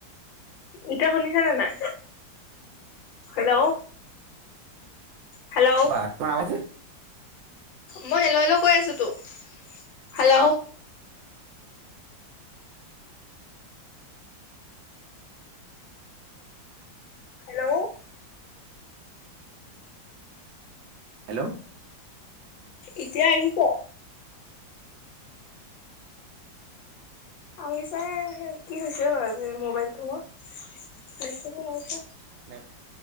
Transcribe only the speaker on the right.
কোৱা তোমাৰ আৱাজ যে।
হেল্ল'।
নেট